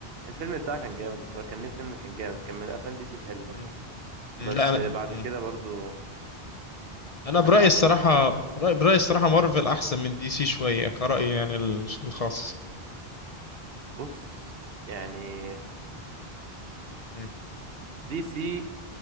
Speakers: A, on the right; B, on the left.
A: الفيلم بتاعه كان جامد بصراحة كان ليه فيلم كان جامد كان من أفلام دي سي الحلوة
B: مم.
A: بس
B: مم، لا انا
A: بعد
B: مم.
A: كده برضو
B: انا برأيي
A: كانش أحسن
B: الصراحة
A: حاجة
B: برأيي برأيي الصراحة مارفل احسن من دي سي شوية كرأيي يعني ال- الخاص
A: بص يعني
B: مم.
A: دي سي